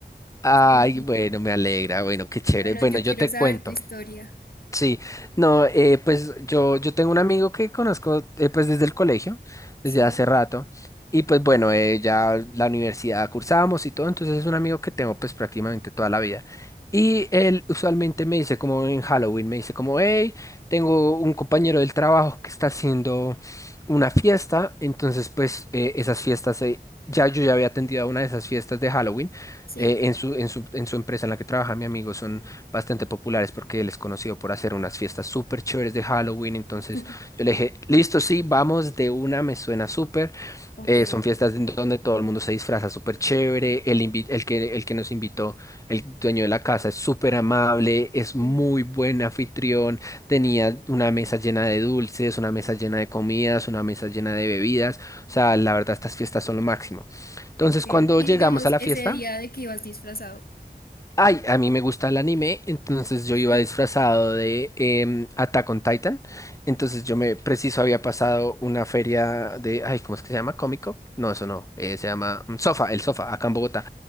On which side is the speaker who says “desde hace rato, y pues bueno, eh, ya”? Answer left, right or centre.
Left